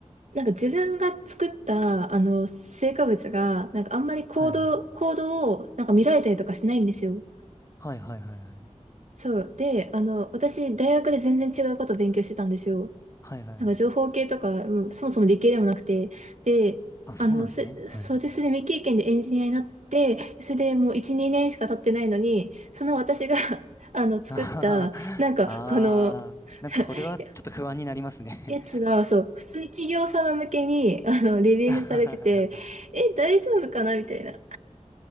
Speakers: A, on the right (about 65°); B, on the left (about 25°).
A: なんか自分が作ったあの成果物がなんかあんまり行動、
B: はいはい。
A: 行動をなんか見られたりとかしないんですよ。
B: はいはいはいはい。
A: そう。で、あの、私、大学で全然違うことを勉強してたんですよ。
B: はいはいはい。
A: なんか情報系とか、もうそもそも理系でもなくて。で、
B: あ、そうなんですね。
A: あの、す、
B: はい。
A: そうですね、未経験でエンジニアになって、それでもう1、2年しか経ってないのに、その私が <laughs> あの、作った、
B: <laughs> あはははあー、
A: なんか、この、
B: なんかそれはちょっと不安になりますね。
A: <laughs> やつが、そう、普通に企業様向けに、あの、リリースされてて、
B: <laughs>
A: え、大丈夫かなみたいな。